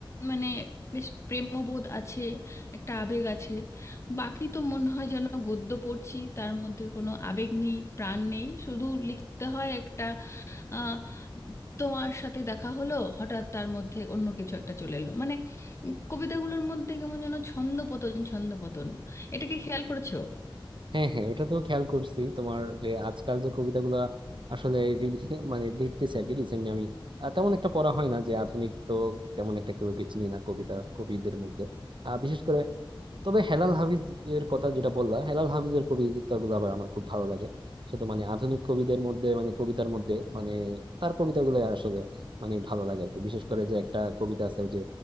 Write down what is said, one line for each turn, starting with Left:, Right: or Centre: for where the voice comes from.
Left: মানে বেশ প্রেমবোধ আছে একটা আবেগ আছে বাকি তো মনে হয় যেন গদ্য পড়ছি তার মধ্যে কোনো আবেগ নেই প্রাণ নেই শুধু লিখতে হয় একটা আহ, তোমার সাথে দেখা হলো হঠাৎ তার মধ্যে অন্য কিছু একটা চলে এলো মানে উম, কবিতাগুলোর মধ্যে কেমন যেন ছন্দপতন ছন্দপতন এটাকে খেয়াল করেছো
Right: হ্যাঁ হ্যাঁ ওটা তো খেয়াল করছি তোমার যে আজকাল যে কবিতাগুলা আসলে re- মানে দেখতেছি আর কি রিসেন্টলি আমি আহ, তেমন একটা পড়া হয় না যে আধুনিক তো তেমন একটা কেউ কে চিনি না কবিতা কবিদের মধ্যে আহ, বিশেষ করে তবে হেলাল হাফিজ এর কথা যেটা বললাম হেলাল হাফিজের কবিতাগুলো আবার আমার খুব ভালো লাগে সে তো মানে আধুনিক কবিদের মধ্যে মানে কবিতার মধ্যে মানে তার কবিতাগুলো আসলে মানে ভালো লাগে আর কি। বিশেষ করে যে একটা কবিতা আছে ওই যে